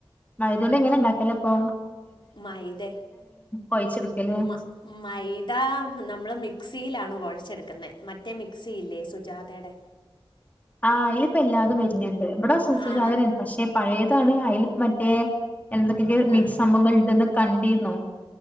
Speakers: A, on the left (about 15°); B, on the left (about 55°).
A: മൈദോണ്ട് എങ്ങനെ ഇണ്ടാക്കലപ്പോ
B: മൈദ
A: കൊഴച്ചെടുക്കല്
B: മൈ മൈദാ നമ്മള് മിക്സിയിൽ ആണോ കൊഴച്ചെടുക്കുന്നെ മറ്റേ മിക്സി ഇല്ലേ സുജാതേടെ
A: ആ അയിലിപ്പോ എല്ലാതും വര്ണ് ണ്ട് ഇവിടെ സുജാതന്നെ
B: ആ
A: ആണ് പക്ഷെ പയേത് ആണ് അയിൽ മറ്റെ എന്തോക്കെക്കെ
B: ആ
A: മിക്സ്‌ സംഭവങ്ങൾ ഉണ്ടെന്ന് കണ്ടീന്നോ